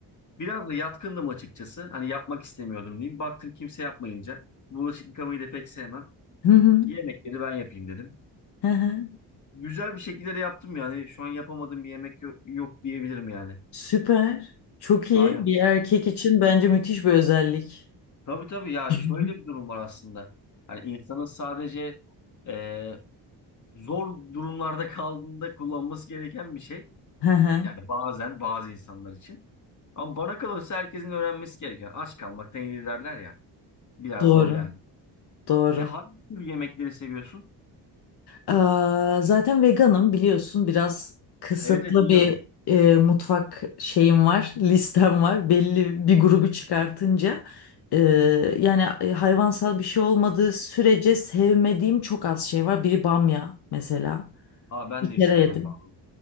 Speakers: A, on the left; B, on the left.
A: Biraz da yatkındım açıkçası. Hani yapmak istemiyordum diyeyim. Baktım kimse yapmayınca. Bulaşık yıkamayı da pek sevmem.
B: Hı hı.
A: Yemekleri ben yapayım dedim.
B: Hı hı.
A: Güzel bir şekilde de yaptım yani. Şu an yapamadığım bir yemek yok, yok diyebilirim yani.
B: Süper. Çok iyi.
A: Aynen.
B: Bir erkek için bence müthiş bir özellik.
A: Tabii tabii ya şöyle
B: <laughs>
A: bir durum var aslında. Hani insanın sadece e, zor durumlarda kaldığında kullanması gereken bir şey.
B: Hı hı.
A: Yani bazen bazı insanlar için. Ama bana kalırsa herkesin öğrenmesi gereken. Aç kalmaktan iyidir derler ya. Biraz
B: Doğru.
A: da o yani.
B: Doğru.
A: E hangi tür yemekleri seviyorsun?
B: Aa, zaten veganım biliyorsun biraz kısıtlı
A: Evet evet biliyorum.
B: bir e, mutfak şeyim var, listem var. Belli bir grubu çıkartınca e, yani e, hayvansal bir şey olmadığı sürece sevmediğim çok az şey var. Biri bamya mesela.
A: Aa ben
B: Bir
A: de
B: kere
A: hiç sevmem
B: yedim.
A: bamya.